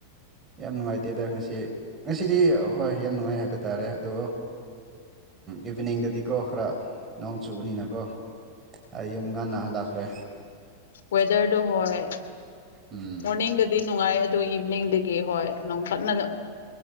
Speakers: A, on the right; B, on the left.
A: ꯌꯥꯝ ꯅꯨꯡꯉꯥꯏꯇꯦꯗ ꯉꯁꯤ ꯉꯁꯤ ꯁꯤꯗꯤ ꯍꯣꯏ ꯌꯥꯝ ꯅꯨꯡꯉꯥꯏ ꯍꯥꯏꯕ ꯇꯥꯔꯦ ꯑꯗꯣ ꯏꯚꯅꯤꯡꯗꯗꯤꯀꯣ ꯈꯔ ꯅꯣꯡ ꯆꯨꯕꯅꯤꯅꯀꯣ ꯑꯩ ꯌꯨꯝꯒꯥꯟ ꯅꯥꯍꯜꯂꯛꯈ꯭ꯔꯦ
B: ꯋꯦꯗꯔꯗ ꯍꯣꯏ
A: ꯎꯝ
B: ꯃꯅꯤꯡꯗꯗꯤ ꯅꯨꯡꯉꯥꯏ ꯑꯗꯨꯗꯣ ꯏꯚꯅꯤꯡꯗꯒꯤ ꯍꯣꯏ ꯅꯣꯡ ꯀꯟꯅ